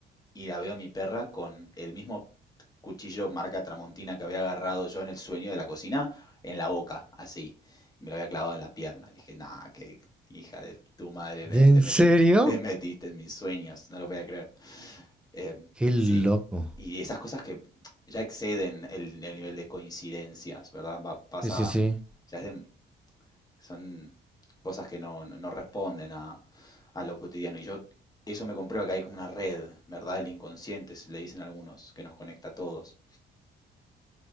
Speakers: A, on the left; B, in the centre.
A: y la veo a mi perra con el mismo cuchillo marca Tramontina que había agarrado yo en el sueño de la cocina, en la boca, así. me lo había clavado en la pierna. Dije, nah, que hija de tu madre, me-
B: ¿De en
A: te, met-
B: serio?
A: te metiste en mis sueños, no lo voy a creer. Eh,
B: Qué loco.
A: sí, y esas cosas que ya exceden el, el nivel de coincidencias, ¿verdad? Va- pasa,
B: Sí, sí, sí.
A: ya es de- son cosas que no, no- no responden a, a lo cotidiano. Y yo, eso me comprueba que hay como una red, ¿verdad? El inconsciente, se le dicen algunos, que nos conecta a todos.